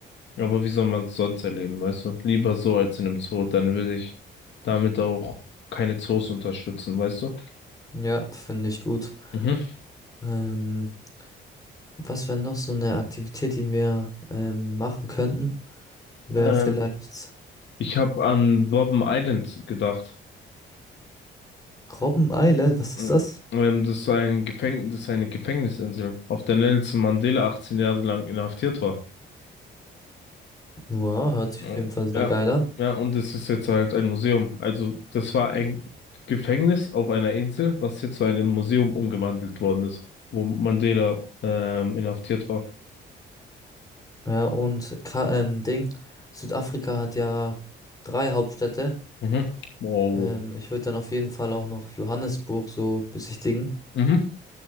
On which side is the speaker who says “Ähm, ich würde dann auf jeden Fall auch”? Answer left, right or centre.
Left